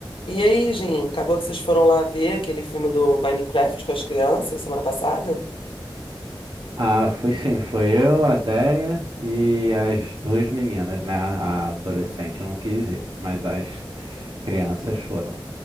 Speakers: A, on the left; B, on the right.
A: E aí, Jim, acabou que vocês foram lá ver aquele filme do Minecraft com as crianças semana passada?
B: Ah, fui sim, foi eu, a Déia e as duas meninas, né? A adolescente não quis ir, mas as crianças foram.